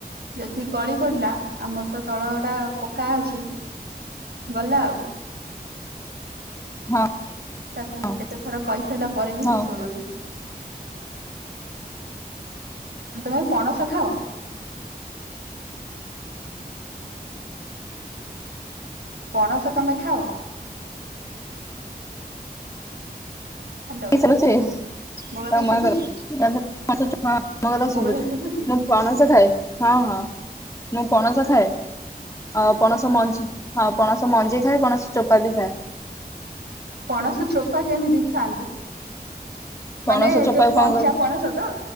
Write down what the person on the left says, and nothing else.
ହଁ
ହଁ
ହଁ
ଚାଲୁଛିଁ
କଥା
ଶୁଭୁ
ମୁଁ ପଣସ ଖାଏ ହଁ ହଁ ମୁଁ ପଣସ ଖାଏ ଆ ପଣସ ମଞ୍ଜି ହଁ ପଣସ ମଞ୍ଜି ଖାଏ ପଣସ ଚୋପା ବି ଖାଏ
ପଣସ ଚୋପାକୁ
କଣ କରେ